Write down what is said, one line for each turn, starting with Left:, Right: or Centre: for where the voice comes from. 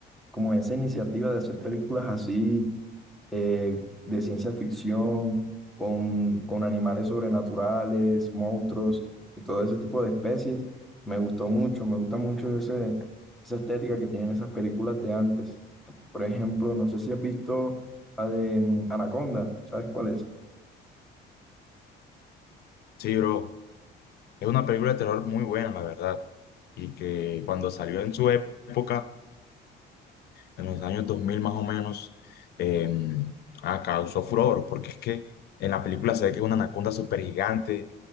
Centre: como esa iniciativa de hacer películas así eh, de ciencia ficción, con, con animales sobrenaturales, monstruos y todo ese tipo de especies. Me gustó mucho, me gusta mucho ese, esa estética que tienen esas películas de antes. Por ejemplo, no sé si has visto la de mm, Anaconda, ¿sabes cuál es?
Left: Sí, bro, es una película de terror muy buena, la verdad, y que cuando salió en su época, en los años 2000 más o menos, eh, ah, causó furor, porque es que en la película se ve que es una anaconda súper gigante